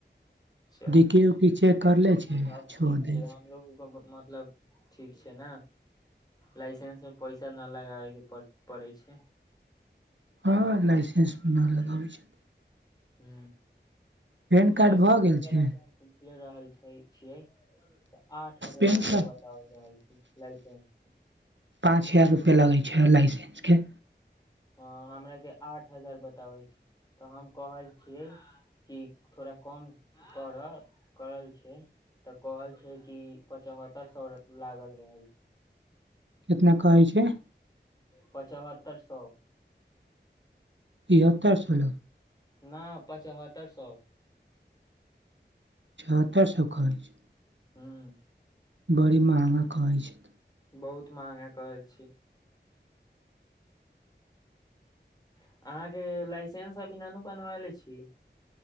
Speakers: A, on the left; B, on the right.
A: चलिय
B: डीकि उकि जेक करले छै आ
A: सब
B: छोड़
A: ठीक
B: दै
A: छैय
B: छै
A: हमलोग केँ मतलब ठीक छैय ना लाइसेंस मे पैसा नै लगाबै केँ पड़ै छैय।
B: हँ लाइसेंस नहि लगाबै छैय।
A: हू
B: पेन
A: <inaudible> नहि
B: कार्ड
A: तऽ साइबर
B: भऽ गेल
A: बला
B: छै
A: स ले रहल छै छियै तऽ आठ हजार
B: पेन
A: रुपआ
B: कार्ड
A: ब दोअ रहल छै लाइसेन्स।
B: पाँच हजार रुपैआ लगै छैय लाइसेन्स केँ।
A: ह हमरा केँ आठ हजार बताबै छैय तऽ हम कहय छियै कि थोड़ा कम करऽ करल छियै तऽ कहल छैय कि पचहत्तर सौ लागल रहल छैय।
B: कितना कहैय छैय।
A: पचहत्तर सौ
B: तिहत्तर सौ
A: ना पचहत्तर सौ
B: छहत्तरि सौ कहै छै
A: हूँ
B: बड़ी महंगा कहै छैय।
A: बहुत महंगा कहय छी। अहाँकेँ लाइसेंस अभी नऽनु बनबेलै छि।